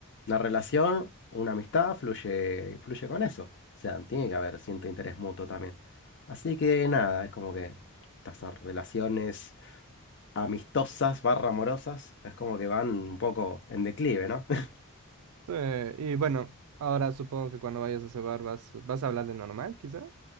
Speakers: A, on the left (about 55°); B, on the right (about 75°).
A: una relación, una amistad fluye, fluye con eso. O sea, tiene que haber cierto interés mutuo también. Así que nada, es como que estas relaciones amistosas barra amorosas es como que van un poco en declive, ¿no? <laughs>
B: Sí, y bueno, ahora supongo que cuando vayas a ese bar vas, vas a hablar de normal, quizá.